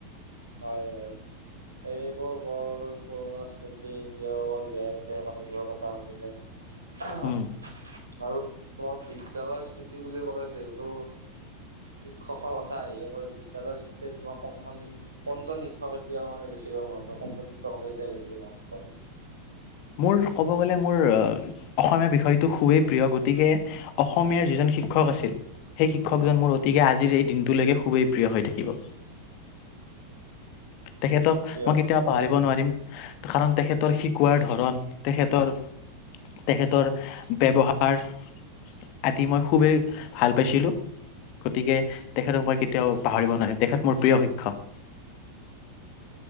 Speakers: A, on the right (about 75°); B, on the left (about 45°).
A: হয় হয়। সেইবোৰ বৰ পুৰণা স্মৃতি, এতিয়াও জীয়াই উঠে আকৌ সেইবোৰৰ কথা সুধিলে। আহ,
B: উম,
A: আৰু তোমাৰ বিদ্য়ালয়ৰ স্মৃতি বুলি ক'লে যিহেতু শিক্ষকৰ কথা আহিয়ে পৰে, বিদ্যালয় স্মৃতি তোমাৰ কোনখন কোনজন শিক্ষকলৈ এতিয়াও বেছিকে মনত পৰে, কোনজন শিক্ষকলে এতিয়া বেছিকৈ মনত পৰে?
B: মোৰ ক'ব গ'লে মোৰ, অসমীয়া বিষয়টো খুবেই প্ৰিয় গতিকে অসমীয়াৰ যিজন শিক্ষক আছিল, সেই শিক্ষকজন মোৰ অতিকে আজি ৰ এই দিনটোলৈকে খুবেই প্ৰিয় হৈ থাকিব। তেখেতক
A: কিয়
B: মই কেতিয়াও
A: তেওঁ
B: পাহৰিব নোৱাৰিম, কাৰণ তেখেতৰ শিকোৱাৰ ধৰ ণ, তেখেতৰ, তেখেতৰ ব্যৱহাৰ আদি মই খুবেই, ভাল পাইছিলোঁ। গতিকে, তেখেতক মই কেতিয়াও পাহৰিব নোৱাৰিম, তেখেত মোৰ প্ৰিয় শিক্ষক।